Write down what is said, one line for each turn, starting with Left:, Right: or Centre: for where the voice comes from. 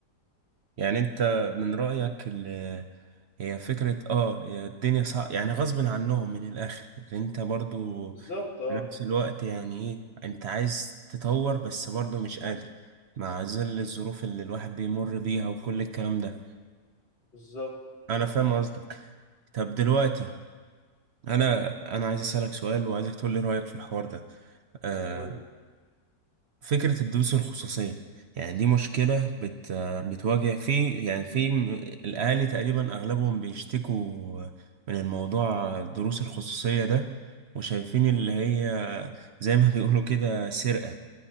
Right: يعني انت من رايك ال- هي فكرة اه هي الدنيا صعب يعني غصب عنهم من الآخر اللي انت برضو
Left: بالظبط اه
Right: في نفس الوقت يعني ايه انت عايز تطور بس برضه مش قادر مع ظل الظروف اللي الواحد بيمر بيها وكل الكلام ده
Left: بالظبط
Right: انا فاهم قصدك طب دلوقتي انا انا عايز اسالك سؤال وعايزك تقول لي رايك في الحوار ده آه
Left: قول لي.
Right: فكره الدروس الخصوصيه يعني دي مشكله بت آه، بتواجه في يعني في م- الاهالي تقريبا اغلبهم بيشتكوا من الموضوع الدروس الخصوصيه ده وشايفين اللي هي زي ما <laughs> بيقولوا كده سرقه